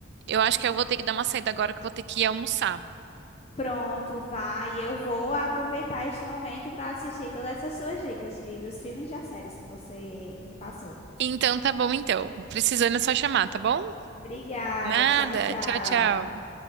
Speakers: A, on the right; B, on the left.
A: Eu acho que eu vou ter que dar uma saída agora que eu vou ter que ir almoçar.
B: Pronto, vai. Eu vou aproveitar este momento para assistir todas essas suas dicas de, dos filmes e das séries que você me passou.
A: Então tá bom, então. Precisando é só chamar, tá bom?
B: Obrigada.
A: Nada.
B: Tchau, tchau.
A: Tchau, tchau.